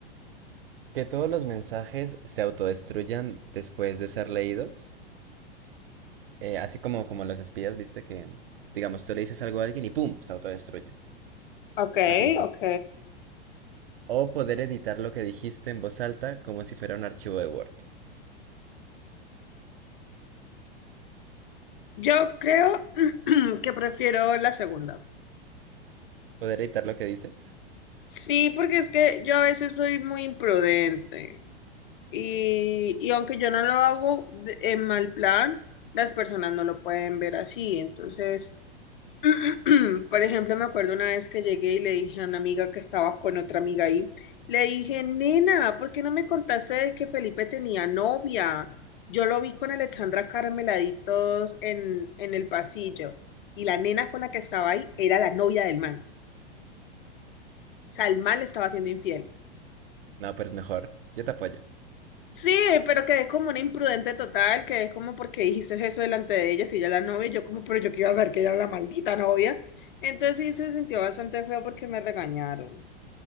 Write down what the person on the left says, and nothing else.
Ok,
ok.
Yo creo <clears throat> que prefiero la segunda.
Sí, porque es que yo a veces soy muy imprudente y, y aunque yo no lo hago de- en mal plan, las personas no lo pueden ver así. Entonces, <clears throat> por ejemplo, me acuerdo una vez que llegué y le dije a una amiga que estaba con otra amiga ahí, le dije, nena, ¿por qué no me contaste de que Felipe tenía novia? Yo lo vi con Alexandra Carmeladitos en, en el pasillo y la nena con la que estaba ahí era la novia del man. O sea, el man le estaba siendo infiel.
Sí, pero quedé como una imprudente total, quedé como porque dijiste eso delante de ella, si ella es la novia, y yo como, pero yo que iba a saber que ella era la maldita novia. Entonces sí se sintió bastante feo porque me regañaron.